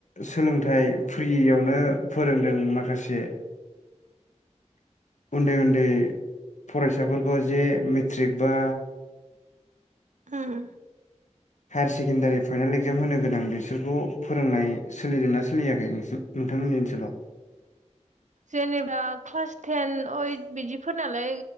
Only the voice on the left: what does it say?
सोलोंथाइ फ्रियावनो फोरोंदों माखासे
उन्दै उन्दै फरायसाफोरखौ जे मेट्रिक बा
हायार सेकेण्डारि फाइनाेल एगजाम होनो गोनां बिसोरखौ फोरोंनाय सोलिदोंना सोलियाखै नोंसिनिथिं नोंथांमोननि ओनसोलाव